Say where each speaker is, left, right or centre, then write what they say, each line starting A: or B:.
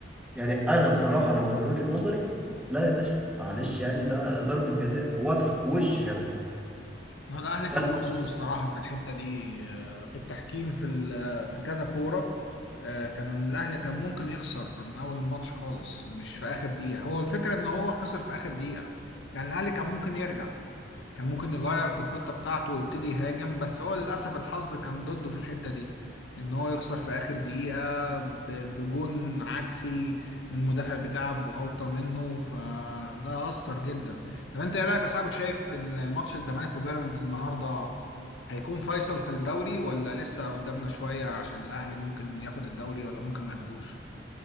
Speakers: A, in the centre; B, on the left.
A: يعني انا بصراحه لو من وجهه نظري لا يا باشا معلش يعني ده ضربه جزاء واضحه وش كمان
B: ما هو الأهلي
A: ف
B: كان محظوظ الصراحة في الحتة دي آه، في التحكيم في ال- في كذا كورة آه، كان الأهلي كان ممكن يخسر من أول الماتش خالص مش في آخر دقيقة هو الفكرة إن هو خسر في آخر دقيقة يعني الأهلي كان ممكن يرجع كان ممكن يغير في الخطة بتاعته ويبتدي يهاجم بس هو للأسف الحظ كان ضده في الحتة دي إن هو يخسر في آخر دقيقة ب- بجون عكسي من المدافع بتاعه بغلطة منه فده أثر جدا طب أنت إيه رأيك يا صاحبك شايف إن ماتش الزمالك وبيراميدز النهاردة هيكون فيصل في الدوري ولا لسه قدامنا شوية عشان الأهلي ممكن ياخد الدوري ولا ممكن ما ياخدوش